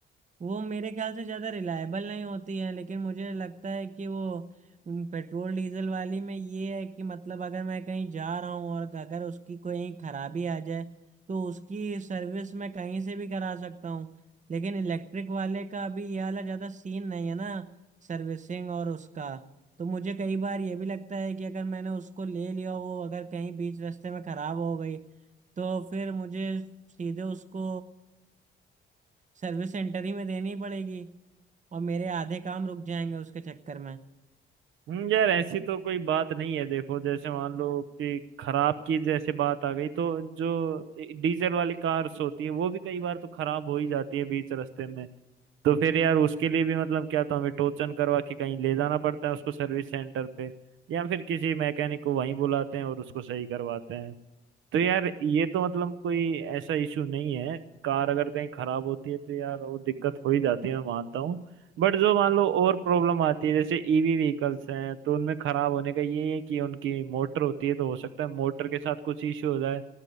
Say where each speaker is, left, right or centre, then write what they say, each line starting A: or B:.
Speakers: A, on the right; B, on the right.
A: वो मेरे ख्याल से ज़्यादा रिलायबल नहीं होती है लेकिन मुझे लगता है कि वो उम, पेट्रोल डीजल वाली में ये है कि मतलब अगर मैं कहीं जा रहा हूँ और अगर उसकी कोई खराबी आ जाए तो उसकी सर्विस मैं कहीं से भी करा सकता हूँ लेकिन इलेक्ट्रिक वाले का अभी ये वाला ज़्यादा सीन नहीं है ना सर्विसिंग और उसका तो मुझे कई बार ये भी लगता है कि अगर मैंने उसको ले लिया वो अगर कहीं बीच रास्ते में ख़राब हो गई तो फिर मुझे सीधे उसको सर्विस सेंटर ही में देनी पड़ेगी और मेरे आधे काम रुक जाएंगे उसके चक्कर में
B: हम्म, यार ऐसी तो कोई बात नहीं है देखो जैसे मान लो कि खराब की जैसे बात आ गई तो जो डीजल वाली कार्स होती है वो भी कई बार तो खराब हो ही जाती है बीच रास्ते में तो फिर यार उसके लिए भी मतलब क्या तो हमें टोचन करवा के कहीं ले जाना पड़ता है उसको सर्विस सेंटर पे या फिर किसी मैकेनिक को वहीं बुलाते हैं और उसको सही करवाते हैं तो यार ये तो मतलब कोई ऐसा इशू नहीं है कार अगर कहीं खराब होती है तो यार वो दिक्कत हो ही जाती है मैं मानता हूँ बट जो मान लो और प्रॉब्लम आती है जैसे ईवी व्हीकल्स हैं तो उनमें खराब होने का ये है कि उनकी मोटर होती है तो हो सकता है मोटर के साथ कुछ इश्यू हो जाए